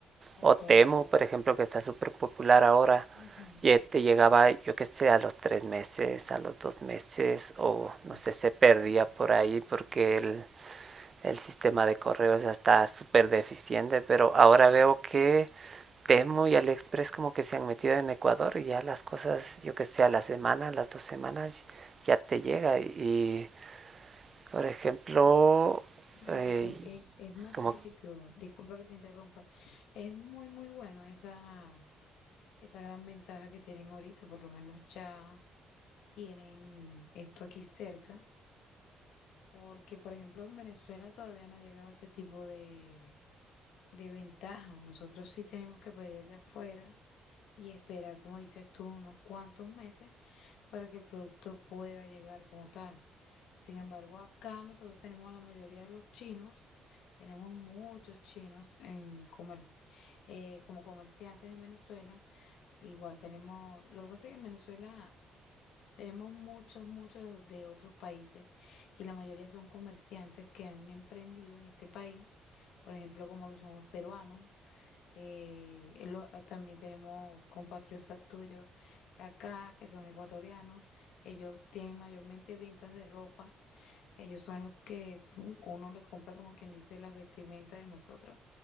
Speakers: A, on the left; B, on the right.
A: Ok.
B: O Temu, por ejemplo, que está súper popular ahora,
A: Ujú.
B: y eh, te llegaba, yo qué sé, a los tres meses, a los dos meses, o
A: Wow.
B: no sé, se perdía por ahí porque el, el sistema de correos ya está súper deficiente, pero ahora veo que Temu y AliExpress como que se han metido en Ecuador y ya las cosas, yo que sé, a la semana, a las dos semanas ya te llega y, por ejemplo,
A: Ay,
B: eh,
A: e- e- es magnífico,
B: como,
A: disculpa que te interrumpa, es muy muy bueno esa, esa gran ventaja que tienen ahorita, por lo menos ya. tienen esto aquí cerca, porque por ejemplo en Venezuela todavía no ha llegado este tipo de, de ventaja. Nosotros sí tenemos que pedir de afuera y esperar, como dices tú, unos cuantos meses para que el producto pueda llegar como tal. Sin embargo, acá nosotros tenemos a la mayoría de los chinos, tenemos muchos chinos en comerci- eh, como comerciantes en Venezuela. Igual tenemos, lo que pasa es que en Venezuela tenemos muchos, muchos de otros países y la mayoría son comerciantes que han emprendido en este país, por ejemplo, como lo son los peruanos, eh, eh, lo- eh, también tenemos compatriotas tuyos acá que son ecuatorianos. Ellos tienen mayormente ventas de ropas. Ellos son los que uno le compra como quien dice las vestimentas de nosotros.